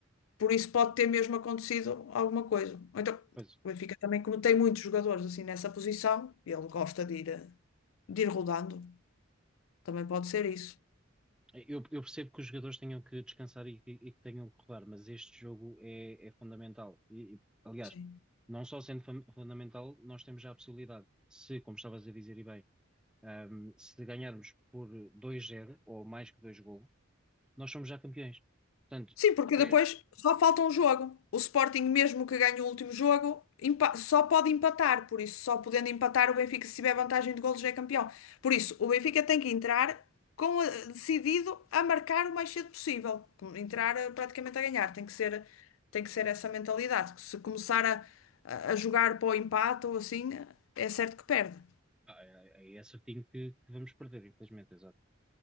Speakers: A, on the left; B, in the centre.
A: Por isso pode ter mesmo acontecido alguma coisa. Ou Então,
B: Pois,
A: o Benfica também, como tem muitos jogadores assim nessa posição, ele gosta de ir, eh, de ir rodando. Também pode ser isso.
B: eu, eu percebo que os jogadores tenham que descansar e, que e que tenham que rodar, mas este jogo é, é fundamental. E, e, aliás,
A: Sim.
B: não só sendo fun- fundamental, nós temos já a possibilidade, se, como estavas a dizer e bem, ahm, se ganharmos por dois 0 ou mais que dois golos, nós somos já campeões. Portanto,
A: Sim, porque
B: é,
A: depois só falta um jogo. O Sporting, mesmo que ganhe o último jogo, empa- só pode empatar. Por isso, só podendo empatar, o Benfica, se tiver vantagem de golos, já é campeão. Por isso, o Benfica tem que entrar com, a- decidido a marcar o mais cedo possível. Entrar eh, praticamente a ganhar. Tem que ser, tem que ser essa mentalidade. Se começar a, a a jogar para o empate ou assim, é certo que perde.
B: é, é certinho que, que vamos perder, infelizmente, exato.